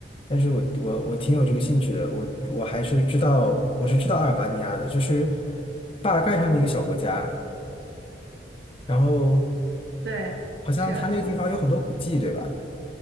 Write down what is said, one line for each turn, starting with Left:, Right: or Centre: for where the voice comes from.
Left: 但是我我我挺有这个兴趣的，我我还是知道我是知道阿尔巴尼亚的，就是巴尔干上的一个小国家，然后
Right: 对，
Left: 好像它那个地方有很多古迹，
Right: 是它。
Left: 对吧？